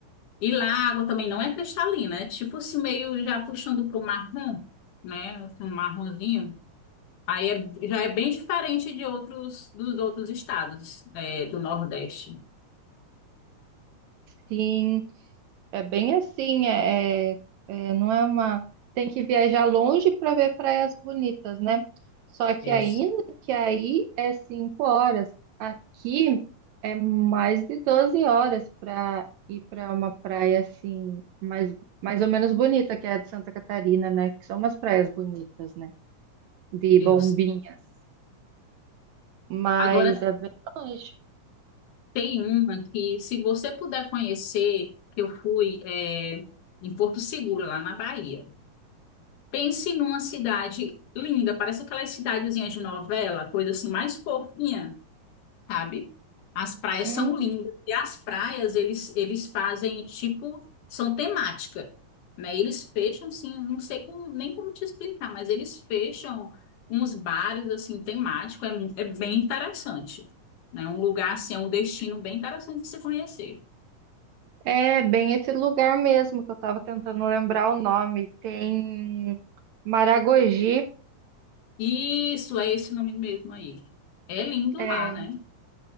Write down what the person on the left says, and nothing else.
E lá a água também não é cristalina, é tipo assim, meio já puxando pro marrom, né? Assim, um marronzinho. Aí é- já é bem diferente de outros, dos outros estados, é, do Nordeste.
É
Isso.
Isso.
Agora
Tem uma que, se você puder conhecer, que eu fui é, em Porto Seguro, lá na Bahia. Pense numa cidade linda, parece aquelas cidadezinhas de novela, coisa assim mais fofinha sabe? As praias
são lindas e as praias eles eles fazem tipo são temática, né? Eles fecham assim, não sei como- nem como te explicar, mas eles fecham uns bares assim temáticos é, mu- é bem interessante, né? Um lugar assim, é um destino bem interessante de se conhecer.
Isso é esse nome mesmo aí. É lindo
lá, né?